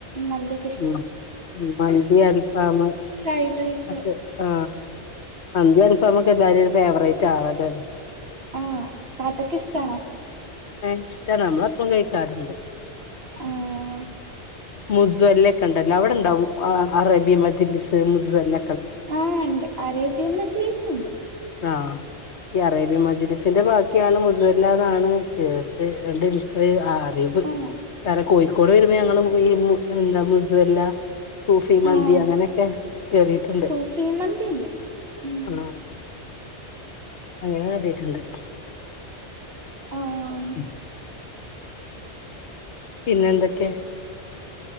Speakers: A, on the right; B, on the left.
A: മദ്യക്ക് ഇഷ്ടം
B: ഉം ഉം മന്തി അരിഫാമ
A: ഫ്രൈഡ് റൈസ്
B: അക്കെ ആ മന്തി ആൽഫ കെ എല്ലാരും ഫേവറേറ്റ് ആണല്ലോ
A: ആ താത്തക്ക ഇഷ്ടണ
B: അ ഇഷ്ടം നമ്മള അപ്പം കഴിക്കാറുണ്ട്
A: ആഹ്
B: മുസ്വല്ല കണ്ട അവിടെ ഉണ്ടാവും അറേബ്യ മജിസ് മുസ എല്ല
A: ആഹ് ഉണ്ട് അരേബ്യ എന്ന മചിലീസ് ഉണ്ട്
B: ആ ഈ അറേബ്യ മജലിസിന്റെ ബാക്കിയാണ് മുസല്ലാണ് കേട്ട് ര ഇ്ട അറിവ്
A: ആഹ്
B: കാരണം കോഴിക്കോട് വരുമ്പോ ഞങ്ങള് ഈ എന്താ മുസുല്ല സൂഫി മന്തി
A: ആഹ്
B: അങ്ങനെയൊക്കെ കേറിയിട്ടുണ്ട്
A: സൂഫി മന്തി ഉണ്ട് ഉം
B: ആ അങ്ങനെ കറിയിട്ടുണ്ട്
A: ആഹ്
B: ഉം പിന്നെന്തൊക്കെ